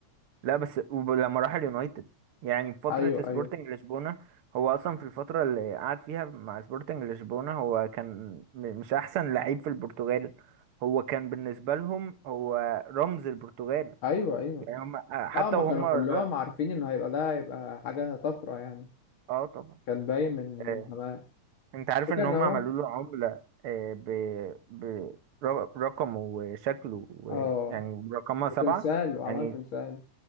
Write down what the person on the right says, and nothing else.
لا بس وب- لما راح اليونايتد يعني في فترة
سبورتنج
لشبونة هو أصلا في الفترة اللي قعد فيها مع سبورتنج لشبونة هو كان م- مش أحسن لعيب في البرتغال هو كان بالنسبة لهم هو رمز البرتغال
يعني هم آه، حتى
وهم
ر-
اه طبعا
آه،
انت عارف
ان هم
عملوا له عملة آه، ب... ب... ر- رقمه وشكله و...
يعني رقمها
سبعة
يعني